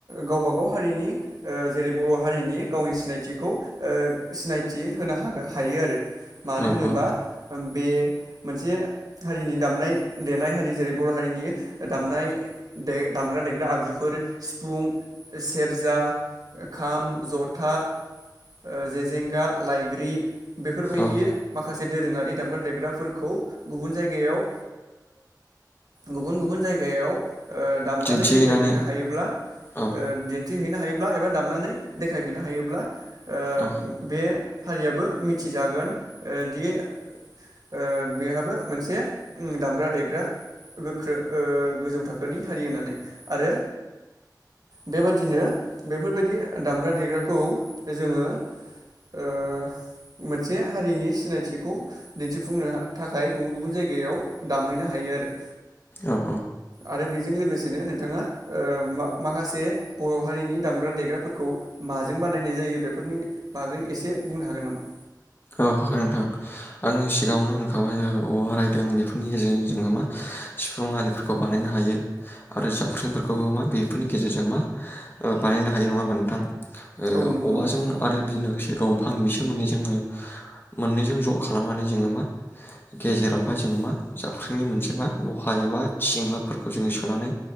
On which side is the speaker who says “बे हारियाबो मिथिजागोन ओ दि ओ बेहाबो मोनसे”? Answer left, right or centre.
Right